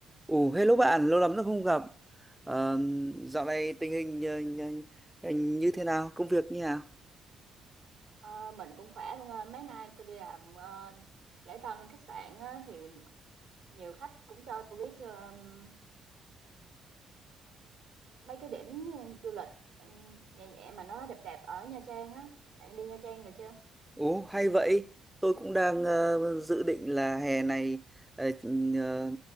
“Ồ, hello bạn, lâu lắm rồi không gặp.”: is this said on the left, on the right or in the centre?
Centre